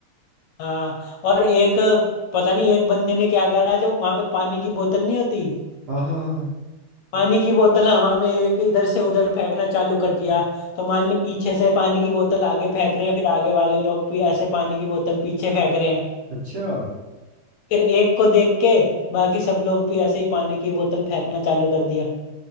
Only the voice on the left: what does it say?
हाँ और एक पता नहीं एक बंदे ने क्या करा जो वहां पे पानी की बोतल नहीं होती
पानी की बोतल हवा में एक इधर से उधर फेंकना चालू कर दिया तो मान ले पीछे से पानी की बोतल आगे फेंक रहे हैं फिर आगे वाले लोग भी ऐसे पानी की बोतल पीछे फेंक रहे हैं
फिर एक को देख के बाकी सब लोग भी ऐसे ही पानी की बोतल फेंकना चालू कर दिया